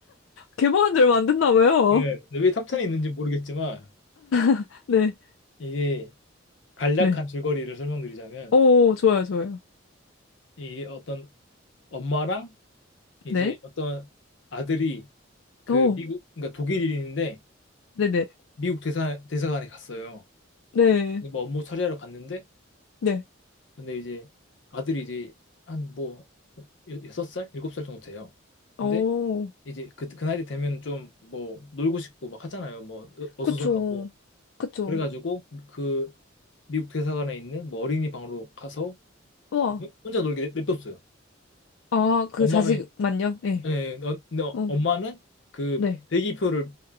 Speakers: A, on the left; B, on the left.
A: 개봉한 지 얼마 안 됐나 봐요.
B: 네. 근데 왜탑 10에 있는지 모르겠지만
A: <laughs> 네.
B: 이게 간략한
A: 네.
B: 줄거리를 설명드리자면
A: 오, 좋아요, 좋아요.
B: 이게 어떤 엄마랑 이제
A: 네.
B: 어떤 아들이 그
A: 오,
B: 미국 그러니까 독일인인데
A: 네네.
B: 미국 대사 대사관에 갔어요.
A: 네.
B: 근데 뭐 업무 처리하러 갔는데
A: 네.
B: 근데 이제 아들이 이제 한 뭐 여섯 살 일곱 살 정도 돼요.
A: 오,
B: 근데 이제 그, 그 나이 되면 좀 뭐 놀고 싶고 막 하잖아요. 뭐 어- 어수선하고.
A: 그쵸. 그쵸.
B: 그래가지고 그 미국 대사관에 있는 뭐 어린이 방으로 가서
A: 우와.
B: 그 혼- 자 놀게 냅- 냅뒀어요.
A: 아, 그
B: 엄마는
A: 자식만요? 예.
B: 예, 너, 너,
A: 어,
B: 엄마는 그
A: 네.
B: 대기표를